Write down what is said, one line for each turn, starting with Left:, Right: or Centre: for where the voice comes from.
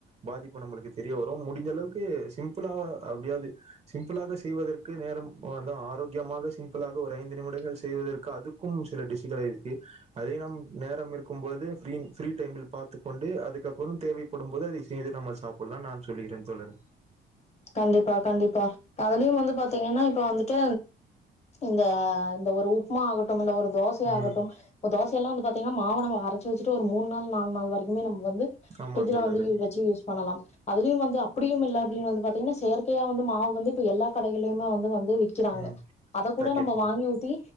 Right: பாதிப்பு நம்மளுக்கு தெரிய வரும் முடிஞ்ச அளவுக்கு சிம்ப்ளா அப்டியாது சிம்ப்ளாக செ ய்வதற்கு நேரம் வாண்டா ஆரோக்கியமாக சிம்ப்ளாக ஒரு ஐந்து நிமிடங்கள் செய்வதற்கு அதுக்கும் சில டிஷ்சுக ளிருக்கு அதே நம் நேரம் இருக்கும்போது ஃபீரீன் ஃப்ரீ டைமில் பாத்துக் கொண்டு அதுக்கப்புறோ தேவைப்படு ம் போது அதை செய்து நம்மள் சாப்பல்லா நான் சொல்லுகிறேன் தோழரே
Left: கண்டிப்பா கண்டிப்பா அதுலியு வந்து பாத்தீங்கன்னா இப்போ வந்துட்டு இந்த இந்த ஒரு உப்மா ஆகட்டும் இல்ல ஒரு தோசை ஆகட்டும்
Right: ம்
Left: இப்ப தோசையெல்லா வந்து பாத்தீங்கனா மாவ நம்ம அரைச்சு வெச்சுட்டு ஒரு மூண் நாள் நால் நாள் வரைக்குமே நம் வந்து ஃபிரிட்ஜ்ல
Right: ஆமா தோழரே
Left: வந்துயு வெச்சு யூஸ் பண்ணலாம் அதுலியு வந்து அப்புடியும் இல்ல அப்டின் வந்து பா த்திங்ன்னா செயற்கையா வந்து மாவு வந்து இப்ப எல்லா கடைகள்லியுமே வந்து வ ந்து விக்கிறாங்க
Right: ம்
Left: அத கூட
Right: பாக்கெட்
Left: நம்ப
Right: மாவு
Left: வாங்கி ஊத்தி